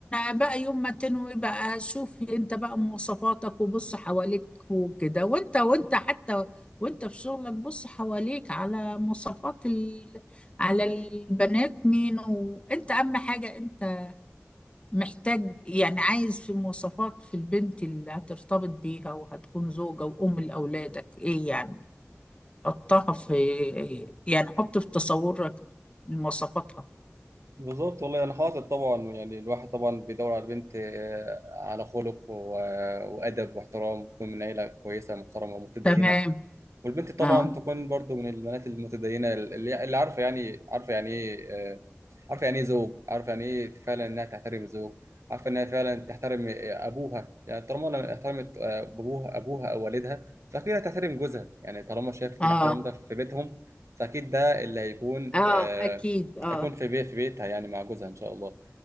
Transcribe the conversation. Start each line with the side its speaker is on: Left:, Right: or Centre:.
Left: بقى يوم ما تنوي بقى شوف انت بقى مواصفاتك وبص حواليك وكده وانت وانت حتى وانت في شغلك بص حواليك على مواصفات ال... على البنات مين وانت اهم حاجة انت محتاج يعني عايز في مواصفات في البنت اللي هترتبط بيها وهتكون زوجة وأم لأولادك ايه يعني حطها في إيه، يعني حط في تصورك مواصفاتها
Right: بالظبط والله انا حاطط طبعا يعني الواحد طبعا بيدور على بنت آه، على خلق و- وادب واحترام وتكون من عيله كويسه محترمه ومتدينه
Left: تمام
Right: والبنت طبعا
Left: اه
Right: تكون برضو من البنات المتدينة اللي اللي عارفة يعني عارفة يعني ايه آه، عارفه يعني ايه زوج عارفه يعني ايه فعلا انها تحترم الزوج عارفه انها فعلا تحترم ابوها يعني طالما لما احترمت آه، ابوها ابوها او والدها فاكيد هتحترم جوزها يعني طالما شافت
Left: اه
Right: الاحترام ده في بيتهم فاكيد ده اللي هيكون
Left: اه
Right: آه،
Left: اكيد اه
Right: هيكون في بيت في بيتها يعني مع جوزها ان شاء الله